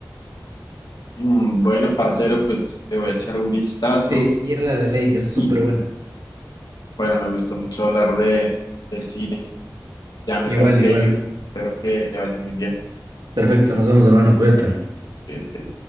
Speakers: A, on the left (about 70°); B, on the right (about 85°).
A: Mm, bueno, parcero, pues le voy a echar un vistazo.
B: Sí, mierda de ley, es súper
A: Y
B: buena.
A: bueno, me gustó mucho hablar de, de cine. Ya me
B: Igual,
A: tengo que
B: igual.
A: ir. Espero que le vaya muy bien.
B: Perfecto, nos vemos, hermano, cuídate.
A: Que se